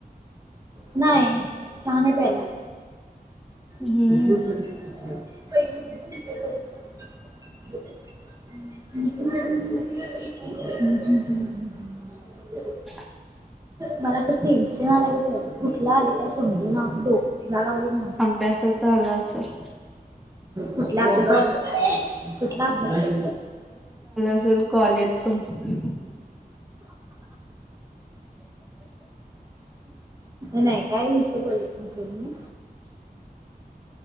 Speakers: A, on the right; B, in the centre.
A: नाय चहा नाय प्याला
B: हम्म
A: <unintelligible> <inaudible> <unintelligible>
B: <inaudible>
A: मला असं टेन्शन आल्यागत व्हायलय कुठलं आलाय काय समजना असं डोकं फिरायलागलय माझं
B: अभ्यासाचा आल असल
A: कुठल्या अभ्यासाच कुठला अभ्यास
B: असल कॉलेजचा <inaudible>
A: नाय काय विषय बोलत नय सोड मी